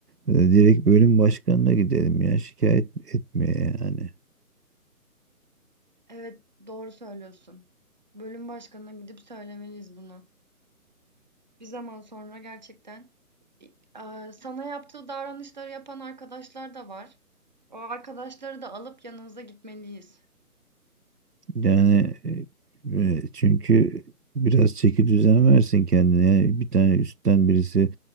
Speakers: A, on the right; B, on the right.
A: e, direkt bölüm başkanına gidelim ya şikayet etmeye yani.
B: Evet, doğru söylüyorsun. Bölüm başkanına gidip söylemeliyiz bunu. Bir zaman sonra gerçekten eee, sana yaptığı davranışları yapan arkadaşlar da var. O arkadaşları da alıp yanınıza gitmeliyiz.
A: Yani e, e, çünkü biraz çeki düzen versin kendine. Yani bir tane üstten birisi